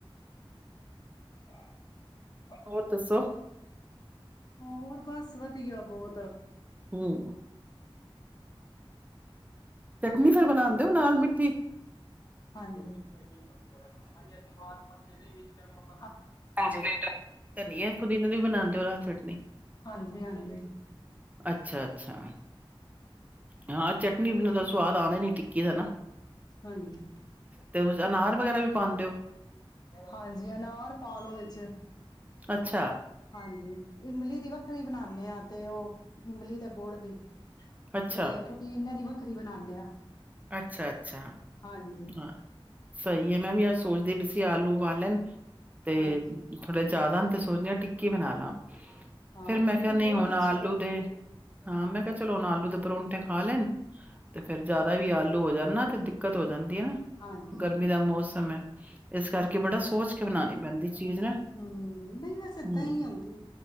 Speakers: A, on the left (about 45°); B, on the right (about 15°).
A: ਆਾਂ
B: ਹੋਰ, ਦੱਸੋ
A: ਹੋਰ, ਬਸ ਵਧੀਆ ਬਹੁਤ
B: ਹਮ ਚਟਨੀ ਫੇਰ, ਬਣਾਦੇ ਹੋ ਨਾਲ ਮਿੱਠੀ।
A: ਹਾਂਜੀ <unintelligible> <unintelligible>
B: ਹਾਂਜੀ, ਧਨੀਆ ਪੁਦੀਨਾ ਦੀ ਵੀ ਬਣਾਦੇ ਡੋਲਾ ਛੱਡ
A: ਹਾਂਜੀ ਹਾਂਜੀ।
B: ਅੱਛਾ ਅੱਛਾ ਹਾਂ, ਚਟ ਨੀ ਬਨ ਦਸ ਸਵਾਦ ਆਣਾ ਨੀ, ਟਿੱਕੀ ਦਾ ਨਾ
A: ਹਾਂਜੀ।
B: ਤੇ ਅਨਾਰ ਵਗੈਰਾ ਵੀ ਪਾਉਂਦੇ ਹੋ
A: ਹਾਂਜੀ, ਅਨਾਰ ਪਾ ਲੋੋ ਵਿੱਚ
B: ਅੱਛਾ
A: ਹਾਂਜੀ, ਇਮਲੀ ਦੀ ਵੱਖਰੀ ਬਣਾਣੇ ਆ, ਤੇ ਉਹ ਇਮਲੀ ਤੇ ਗੁੜ ਦੀ
B: ਅੱਛਾ।
A: ਤੇ ਪੁਦੀਨੇ ਵਖਰੀ ਬਣਾਣੇ ਆ
B: ਅੱਛਾ ਅੱਛਾ,
A: ਹਾਂਜੀ
B: ਹਾਂ ਸਹੀ ਆ, ਮੈਂ ਵੀ ਅੱਜ ਸੋਚਦੀ ਪਾਈ, ਆਲੂ ਉਬਾਲੇ ਲੈਣ ਤੇ,
A: ਹਾਂਜੀ
B: ਥੋੜੇ ਜ਼ਿਆਦਾ ਆ ਤੇ ਸੋਚਦੇ ਆ, ਟਿੱਕੀ ਕੀ ਬਣਾ ਲਾ
A: ਹਾਂ,
B: ਫੇਰ ਮੈਂ
A: ਟਿੱਕੀ
B: ਕਿਹਾ ਨਹੀਂ
A: ਬਹੁਤ
B: ਹੁਣ
A: ਅੱਛੀ
B: ਆਲੂ
A: ਬਣਦੀ
B: ਦੇ
A: ਐ।
B: ਹਾਂ ਮੈਂ ਕਿਹਾ ਚਲੋ, ਹੁਣ ਆਲੂ ਦੇ ਪਰੋਂਠੇ ਖਾ ਲੈਣ ਤੇ ਫੇਰ ਉਹਦਾ
A: ਹਾਂਜੀ
B: ਵੀ ਆਲੂ ਹੋ ਜਾਣ ਤੇ, ਦਿੱਕਤ ਹੋ ਜਾਂਦੀ ਆ, ਨਾ
A: ਹਾਂਜੀ
B: ਗਰਮੀ
A: ਹਾਂਜੀ
B: ਦਾ ਮੌਸਮ ਆ। ਇਸ ਕਰਕੇ, ਬੜਾ ਸੋਚ ਕੇ ਬਣਾਣੀ ਪੈਂਦੀ ਚੀਜ਼ ਨਾ
A: ਹੂੰ ਨਹੀਂ ਵੈਸ
B: ਹਮ
A: ਦਹੀ ਹੁੰਦੀ